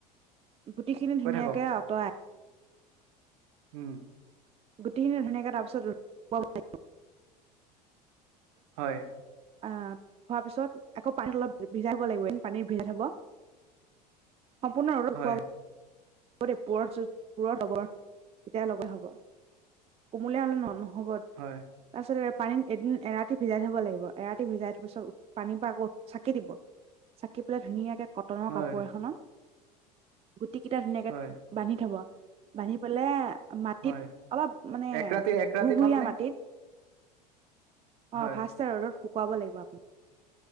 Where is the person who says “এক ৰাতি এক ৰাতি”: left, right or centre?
Right